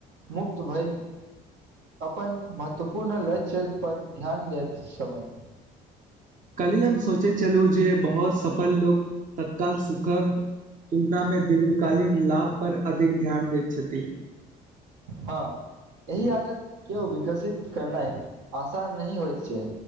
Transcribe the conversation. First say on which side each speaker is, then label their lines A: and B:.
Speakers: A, on the right (about 75°); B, on the right (about 45°).
A: मुक्त भैल अपन महत्वपूर्ण लक्ष्य पर ध्यान दैत समय
B: कल्हि हम सोचै छलू जे बहुत सफल लोक तत्काल सुखक तुलनामे दीर्घकालीन लाभपर अधिक ध्यान दैत छथि
A: हँ एहि आदत केओ विकसित करनाय आसान नहि होइत छै